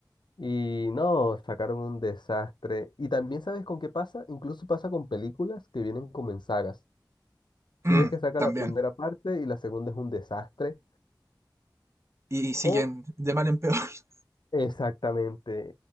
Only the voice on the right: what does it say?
Mm,
también.
Y siguen
de mal en peor. <laughs>